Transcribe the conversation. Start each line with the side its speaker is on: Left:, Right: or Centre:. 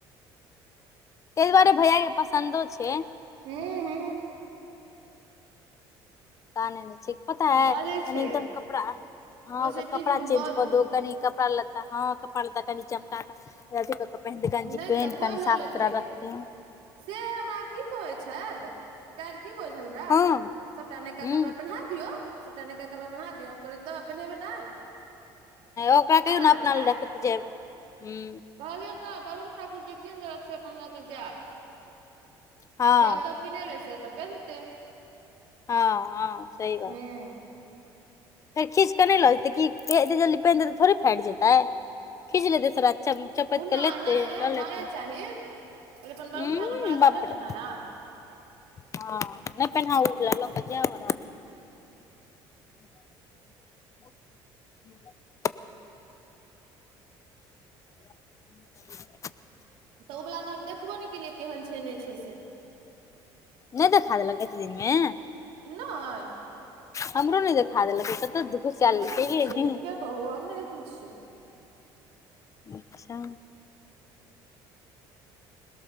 Left: तै दुआरे भैया के पसन्दो छै।
Right: हुँ।
Left: कान ने छै पता है,
Right: बाजै
Left: कनी
Right: छै
Left: एकदम कपड़ा! हँ,
Right: होइ
Left: ओकरा
Right: छै कि
Left: कपड़ा
Right: जे हम
Left: चेंज
Right: बाजू
Left: कऽ दो। कनि कपड़ा लत्ता, हँ, कपड़ा लत्ता कनि चमक क प
Right: नहि
Left: पेंट
Right: तऽ कोइ
Left: कनि
Right: लऽ
Left: साफ
Right: लेतै
Left: सुथरा रखते है <inaudible>
Right: से हमरा की कहैत छल, काल्हि की कहै छल हमरा
Left: हँ
Right: सबटा नयका
Left: हूँ
Right: कपड़ा पहिना दियौ, सबटा नयका कपड़ा पहिरा दियौ, हम कहलियै, तऽ पहिन्हेबै नहि।
Left: ओकरा कहियो
Right: अहाँ
Left: ने
Right: लए
Left: अपना
Right: छै
Left: ल रैत छै ह <unintelligible>
Right: कहलियै तऽ ब वरुण ठाकुर जे किनदेलक से अपन लक जैब।
Left: हँ
Right: ज तऽ किहे से ओतऽ पेन्नते।
Left: हँ -हँ सही बात।
Right: हूँ
Left: फेर खीच कऽ नहि लऽ जेतै कि, एते जल्दी पानि देतै थोड़े फाइट जेतै, खीच लेतै सरा। चपैत
Right: ओ नहि
Left: के लेतै
Right: नया-
Left: लऽ
Right: नया
Left: लेतै
Right: चाही, अपन वरुण
Left: उ
Right: ठाकुर बड़ा
Left: बाप
Right: तहन
Left: रे
Right: ने नया।
Left: हँ नहि पहिनाउ उजला लक के जाउ। <inaudible> ह
Right: तऽ ओ वला तऽ हम देखबो ने केलियै केहन छै नहि छै से
Left: नहि तऽ खा देलक एते दिनमे
Right: नहि
Left: हमरो नहि देखा देलकै कतऽ दुःखो च
Right: हम नहि
Left: लेलै
Right: देखले छियै झूठ किया कहू हम नहि देखने छियै
Left: अचछा